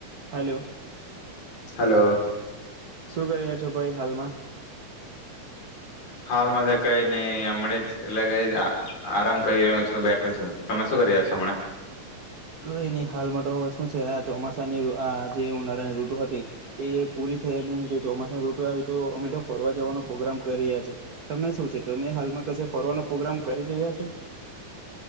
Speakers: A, on the right; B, on the left.
A: Hello
B: hello
A: શું કરી રહ્યા છો? ભાઈ હાલમાં
B: હાલમાં તો કઈ નહી હમનેજ એટલે કઈ આ આરામ કરી રહ્યો છું, બેઠો છું તમે શું કરી રહ્યા છો હમણા?
A: કઈ નહી હાલમાં તો હવે શું છે આ ચોમાસાની આ જે ઉનાળાની ઋટુ હતી તે પૂરી થઈને જે ચોમાસાની ઋટુ આવી તો અમે તો ફરવા જવાનો પ્રોગ્રામ કરી રહ્યા છે, તમને શું છે તમે હાલમાં કસે ફરવાનો પ્રોગ્રામ કરી રહ્યા છો?